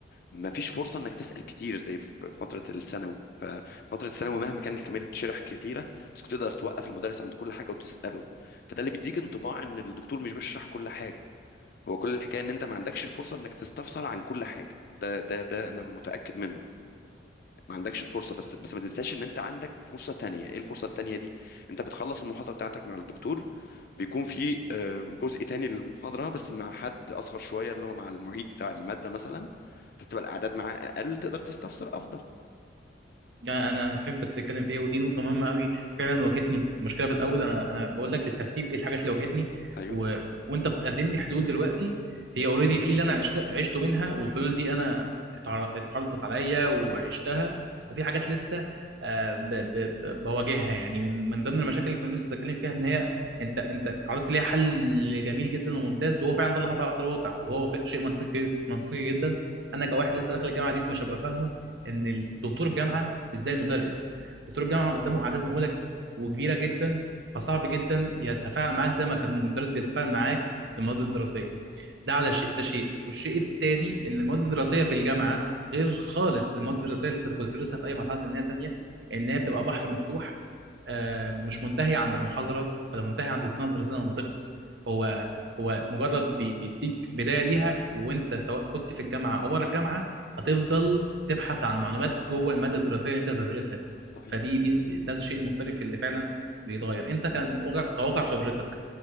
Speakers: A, on the left; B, on the right.
A: ما فيش فرصه انك تسال كتير زي في فتره الثانوي ففتره الثانوي مهما كانت الكميه اللي بتشرح كتيره بس كنت تقدر توقف المدرس عند كل حاجه وتساله فده اللي بيديك انطباع ان الدكتور مش بيشرح كل حاجه هو كل الحكايه ان انت ما عندكش الفرصه انك تستفسر عن كل حاجه ده ده ده انا متاكد منه ما عندكش الفرصه بس بس ما تنساش ان انت عندك فرصه تانية ايه الفرصه التانية دي انت بتخلص المحاضره بتاعتك مع الدكتور بيكون في آه، جزء تاني للمحاضره بس مع حد اصغر شويه اللي هو مع المعيد بتاع الماده مثلا فبتبقى الاعداد معاه اقل تقدر تستفسر افضل
B: يعني انا انا فهمت بتتكلم في ايه ودي نقطه مهمه قوي فعلا واجهتني مشكله في الاول انا انا بقول لك بالترتيب ايه الحاجات اللي واجهتني
A: ايوه
B: و... وانت بتقدم لي حلول دلوقتي هي اوريدي في اللي انا عشت... عشته منها والحلول دي انا اتعر- اتعرضت عليا وعشتها وفي حاجات لسه آه، ب... ب... ب- بواجهها يعني من من ضمن المشاكل اللي كنا لسه بنتكلم فيها ان هي انت انت عرضت ليها حل جميل جدا وممتاز وهو فعلا ده اللي حصل على ارض الواقع وهو شيء منطقي منطقي جدا انا كواحد لسه داخل الجامعه جديد مش هبقى فاهمه ان دكتور الجامعه مش زي المدرس دكتور الجامعه قدامه اعداد مهوله وكبيره جدا فصعب جدا يتفاعل معاك زي ما كان المدرس بيتفاعل معاك في المواد الدراسيه ده على شيء ده شيء والشيء التالي ان المواد الدراسيه في الجامعه غير خالص المواد الدراسيه اللي انت كنت بتدرسها في اي مرحله سنيه تانيه ان هي بتبقى بحر مفتوح آه، مش منتهي عند المحاضره ولا منتهي عند السنه الدراسيه لما تخلص هو هو مجرد بي- بيديك بدايه ليها وانت سواء كنت في الجامعه او بره الجامعه هتفضل تبحث عن معلومات جوه الماده الدراسيه اللي انت بتدرسها دي
A: صحيح
B: فدي دي ده الشيء المختلف اللي فعلا بيتغير انت كان واقع- كواقع خبرتك